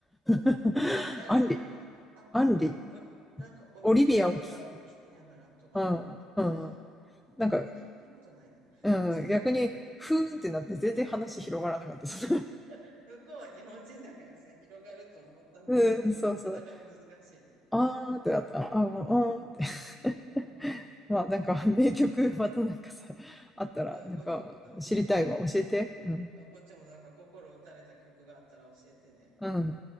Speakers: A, in the centre; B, on the right (about 75°).
A: <laughs>
B: 誰、
A: アンリ、
B: アンリって。あ、
A: アンリ、
B: あ、おい、なんかオリ、
A: オリビアを聞きよ
B: オリビアを聴きながらとかの
A: う。
B: <laughs> ああ、
A: うん、うん。なんか、
B: 聞いたことないな。
A: うん、
B: <laughs> 残念ながら。
A: 逆に、ふーんってなって全然話広がらなかったです。
B: <laughs> 向こうは日本人だからさ、広がると思ったんだろうけど、
A: <laughs> うん、そうそう。
B: なかなか難しいね。<laughs>
A: あーってなった。
B: うん。
A: あーもう、あーって。
B: <laughs> なるほどね。
A: <laughs> まあなんか、名曲またなんかさ、あったら、
B: うん、
A: なんか、
B: こ、うん。
A: 知りたいわ。教えて。うん。
B: あこっちもなんか心打たれた曲があったら教えてね。
A: うん。